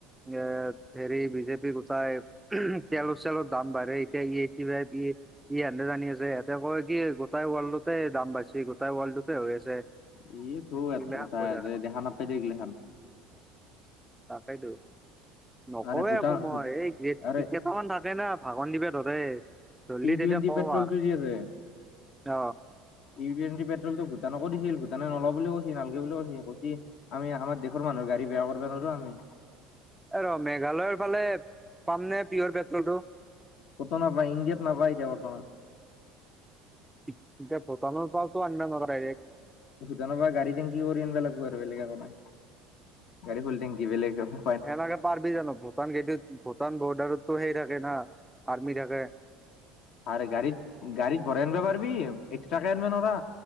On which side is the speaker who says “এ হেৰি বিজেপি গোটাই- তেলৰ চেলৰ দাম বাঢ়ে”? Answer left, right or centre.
Centre